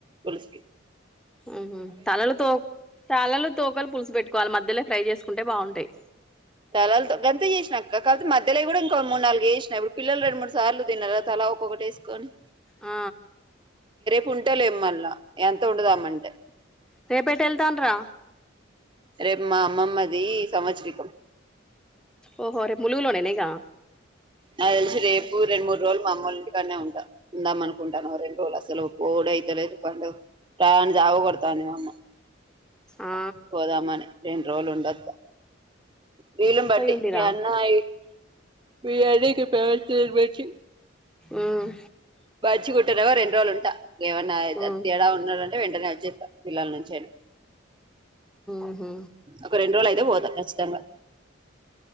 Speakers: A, on the right; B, in the centre.
A: పుల్స్కి
B: ఉహు తలలు తో తలలు తోకలు పులుసు పెట్టుకోవాలి మధ్యలో ఫ్రై చేసుకుంటే బాగుంటాయి
A: తలలుతో గంత చేసినా కాపోతే మధ్యలో కూడా ఒక మూడు నాలుగు వేసిన ఇప్పుడు పిల్లలు రెండు మూడు సార్లు తన్నార తలా ఒక్కొక్కటి వేసుకొని
B: ఆ
A: కుంటే లేం మల్లా ఎంత ఉండదమ్మంటే
B: రేపేట వెళ్తాండ్రా
A: రేపు మా అమ్మమ్మది సంవత్సరికం
B: ఓహో రేపు ములు లోనేనేగా
A: నా తెలిసి రేపు రెండు మూడు రోజులు మా అమ్మోళ్ళు ఇంటికనే ఉంటా ఉందాం అనుకుంటాను రెండు రోజులు ఆ సెలవుకు అయిత లేదు బట్ దాన్ని సవగొడ్తంది వమ్మ
B: ఆ
A: పోదామనే రెండు రోలు ఉండొత్త విలుంబట్టి
B: పోయి ఉండిరా
A: మీ అన్నయి మీ అన్నయ్యకి పెవ పెట్టి
B: ఉమ్
A: మంచిగుంటేనేమో రెండు రోజులు ఉంటా ఏమన్నానా
B: ఉమ్
A: తేడా ఉన్నా వెంటనే వచ్చేస్తా పిల్లల నుంచి
B: ఉహు
A: ఒక రెండు రోజులు అయితే పోత్ కచ్చతంగా